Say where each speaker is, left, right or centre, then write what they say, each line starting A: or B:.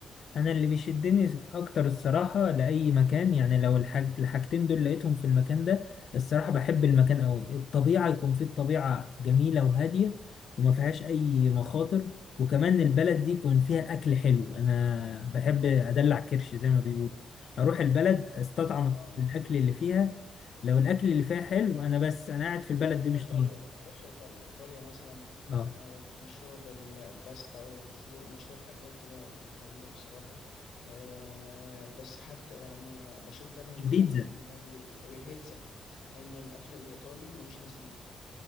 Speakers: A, on the left (about 65°); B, on the left (about 80°).
A: انا اللي بيشدني اكتر الصراحه لاي مكان يعني لو الحاج... الحاجتين دول لقيتهم في المكان ده الصراحه بحب المكان قوي الطبيعه يكون فيه الطبيعه جميله وهاديه وما فيهاش اي مخاطر وكمان البلد دي يكون فيها اكل حلو انا بحب ادلع كرش زي ما بيقولوا اروح البلد استطعم
B: اه
A: الاكل اللي فيها لو الاكل اللي فيها حلو انا بس انا قاعد في البلد
B: أروح
A: دي مش
B: إيطاليا
A: طالب
B: أروح إيطاليا إيطاليا مثلا
A: اه
B: آه، مشهورة بالباستا وشو- وشوية أكلات كده يعني غريبة بصراحة آه، بس حتى يعني بشوف دايما بيقولك
A: البيتزا
B: إن ال- البيتزا إن الأكل الإيطالي ملوش مثيل